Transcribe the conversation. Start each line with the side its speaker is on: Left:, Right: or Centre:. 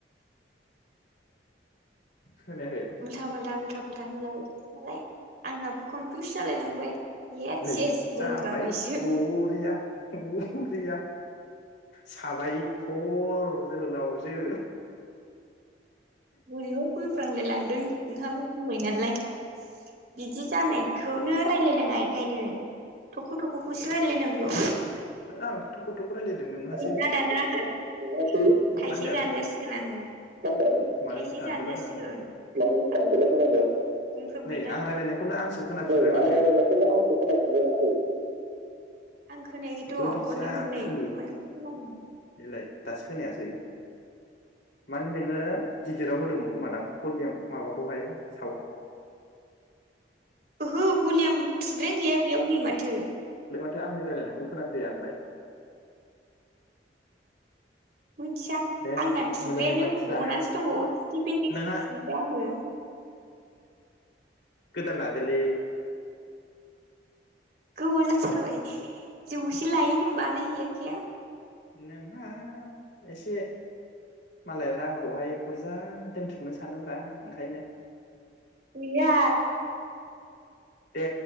Left: खोनायाखै
Right: उल्था फाल्था उल्थाब फालथा होनलाबो नालाय <inaudible> आंहाबो कनफिउस जालाय लांबाय एद
Left: नै
Right: सेस बुंफ्रांबायसो
Left: जाबाय बरिया बरिया साबायखर जोहोलावजो
Right: गुरियाव <inaudible> फ्रांलायलांदों नोंहाबो बुंबाय नालाय बिदि जानायखौनो रायलायनाङा एखायनो थख' थख'खौसो रायलायनांगौ
Left: आंथ' थख' थख' रायलायदों नोंहासो
Right: गैला दाना आहा थाइसे
Left: मा होनदों
Right: जान जासिगोन आङो
Left: मानो
Right: थाइसे
Left: दानजालाबायनांगौ
Right: जान जासिगोन थौ <inaudible> बुंफ्रांबायना
Left: नै आं रायलायनायखौनो आंसो खोनाफिनबाय
Right: आखौ
Left: माथो
Right: आंस खोनफदोंा <inaudible> खै आं खोनायाखैथ'
Left: बोरै
Right: खननै
Left: जाखो
Right: खननै ख ो <inaudible> नादों
Left: बेलाय दासो खोनायासै माने नोङो गिदिराव होदोंमोन खोमा दां पलियाम माबाखौहाय साव
Right: ओहो भलियाम थुग्रायानो गैया नि माथो <inaudible>
Left: थो आंनि रायलायनायखौनो खोनाफैया आंलाय
Right: मोनथिया
Left: दे
Right: आंना थुग्रायानो
Left: मोजांनि बाथ्रा
Right: गनानैसो दंबावो स्टिफेनजोंसो
Left: नोंहा
Right: थुयो आङो
Left: <inaudible> गोदान लादोलै
Right: गोबाव जाथारबाय जौसे लायोनोम बानाय हैयाखैहां
Left: नोंहा एसे मालाय रांखौहाय बुरजा दोनथुमनो सानोब्रा ओंखायनो
Right: गैया
Left: दे